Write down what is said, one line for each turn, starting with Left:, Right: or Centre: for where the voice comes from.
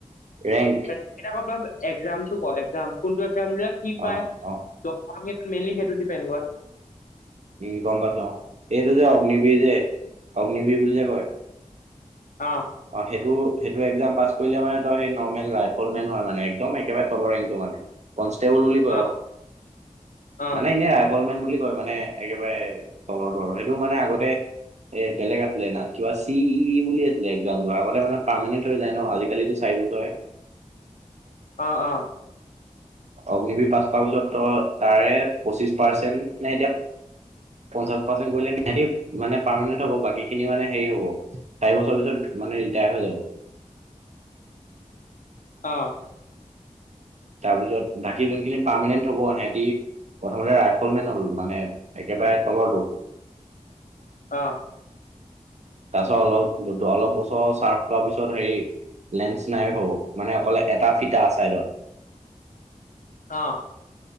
Right: ৰেংক
Left: <unintelligible> একজামো টো ক ' একজাম কোনটো একজা <unintelligible>
Right: অ অ কি গম পাত ন'এইটো যে অগ্নিবীৰ যে অগ্নিবীৰ বুলি যে কয়
Left: অ
Right: অহ, সেইটো সেইটো এক্জাম পাছ কৰিলে মানে তই সেই নৰ্মেল ৰাইফল মেন হয় মানে একদম একেবাৰে তলৰ ৰেংটো মানে টেবুল বুলি কয়
Left: অ অ
Right: আৰু
Left: অ অ
Right: মানে এনেই ৰাইফল মেন বুলি কয়। মানে একেবাৰে তলৰটো আৰু সেইটো মানে আগতে এ বেলেগ আছিলে না কিবা চি ই ই বুলি আছিলে একদম আগতে মানে পাৰমেনেন্ট হৈ যায় ন'আজিকালিটো কি বুলি কয়
Left: অ অ
Right: অগ্নিবিৰ পাছ কৰাৰ পিছত ত তাৰে পঁচিশ পাৰ্চেন্ট নে এতিয়া পঞ্চাশ পাৰ্চেণ্ট কৰিলে মানে পাৰমানেণ্ট হব বাকী খিনি মানে হেৰি হ'ব চাৰি বছৰ পিছত মানে ৰিটাই হৈ যাব
Left: <inaudible> অ
Right: তাৰপিছত বাকি যোনখিনি পাৰমানেন্ট হ'ব সিহঁতি প্ৰথমতে ৰাইফল মেন হল মানে একেবাৰে তলৰটো
Left: অ
Right: তাৰপিছত অলপ অলপ বছৰ চাৰ্ফ কৰাৰ পিছত হেৰি লেন্স নাইক হ'ব মানে অকলে এটা ফিটা আ চাইডত
Left: অ